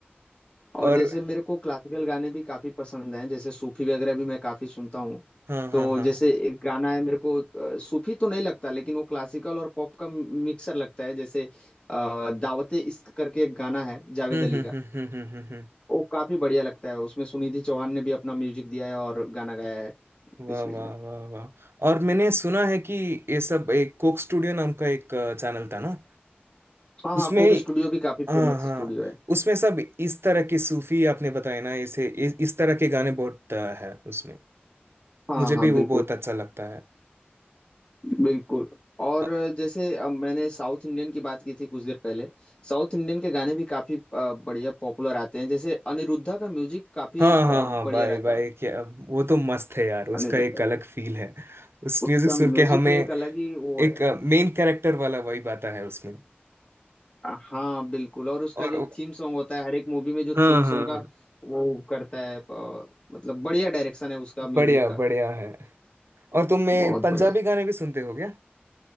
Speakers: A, on the left (about 25°); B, on the right (about 80°).
A: और
B: और
A: जैसे मेरे को क्लासिकल गाने भी काफी पसंद हैं जैसे सूफी वगैरह भी मैं काफी सुनता हूँ
B: हाँ हाँ
A: तो
B: हाँ
A: जैसे एक गाना है मेरे को अ, सूफी तो नहीं लगता लेकिन वो क्लासिकल और पॉप का मिक्सर लगता है जैसे अ, दावते इश्क करके एक गाना है जावेद
B: हम्म
A: अली
B: हम्म
A: का
B: हम्म हम्म हम्म हम्म, हम्म।
A: वो काफी बढ़िया लगता है उसमें सुनिधि चौहान ने भी अपना म्यूजिक दिया है और गाना गाया है बीच
B: वाह
A: बीच
B: वाह
A: में
B: वाह वाह और मैंने सुना है कि ये सब एक कोक स्टूडियो नाम का एक चैनल था ना
A: हाँ
B: उसमें
A: हाँ कोक स्टूडियो भी काफी
B: हाँ
A: फेमस
B: हाँ
A: स्टूडियो है
B: उसमें सब इस तरह के सूफी आपने बताया ना इसे इस, इस तरह के गाने बहुत अ, है उसमें
A: हाँ
B: मुझे
A: हाँ
B: भी वो
A: बिल्कुल
B: बहुत अच्छा लगता
A: बिल्कुल और
B: है
A: जैसे अब मैंने साउथ इंडियन की बात की थी कुछ देर पहले साउथ इंडियन के गाने भी काफी अ, बढ़िया पॉपुलर आते हैं जैसे अनिरुद्धा का म्यूजिक काफी
B: हाँ
A: अ,
B: हाँ हाँ
A: बढ़िया
B: भाई
A: रहता
B: भाई
A: है
B: क्या वो तो मस्त है यार उसका
A: अनिरुद्धा
B: एक अलग
A: का।
B: फील है उस
A: उसका
B: म्यूजिक सुन
A: म्यूजिक
B: के हमें
A: में एक अलग ही वो
B: एक
A: है
B: मेन कैरेक्टर वाला वाइब आता है उसमें
A: हाँ बिल्कुल और उसका
B: और
A: जो थीम सॉन्ग होता है हर एक मूवी में जो
B: हाँ
A: थीम
B: हाँ
A: सॉन्ग का
B: हाँ
A: वो करता है अ, मतलब बढ़िया डायरेक्शन है उसका म्यूजिक
B: बढ़िया
A: का
B: बढ़िया है और तुम में
A: बहुत
B: पंजाबी
A: बढ़िया
B: गाने भी सुनते हो क्या